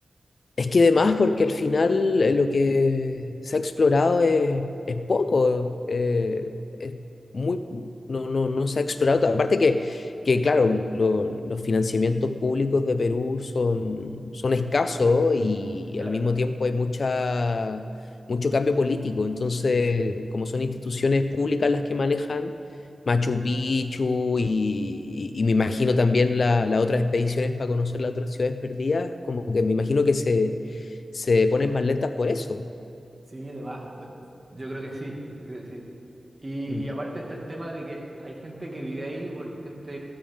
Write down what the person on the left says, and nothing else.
Es que además, porque al final eh, lo que se ha explorado es, es poco, eh, es muy, no, no, no se ha explorado. tanto. Aparte que, que claro, lo- los financiamientos públicos de Perú son, son escasos y,
al mismo tiempo hay mucha, mucho cambio político. Entonces, como son instituciones públicas las que manejan, Machu Picchu y, y- y me imagino también la- las otras expediciones para conocer las otras ciudades perdidas, como que me imagino que se, se ponen más lentas por eso.
Mm.